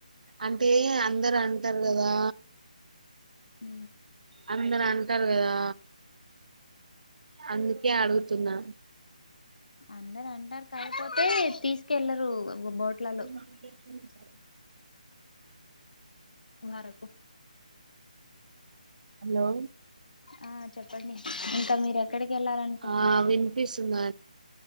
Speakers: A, on the right; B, on the left.
A: అంటే అందరు అంటారు కదా
B: హ
A: అందరు అంటారు కదా అందుకే అడుగుతున్నా
B: అందరు అంటారు కాకపోతే తీసుకెళ్లరు బోట్లలో
A: ఆ
B: వరకు
A: హలో
B: ఆ చెప్పండి ఇంకా మీరు ఎక్కడికి వెళ్ళాలనుకుంటున్నారు
A: ఆ వినిపిస్తుందా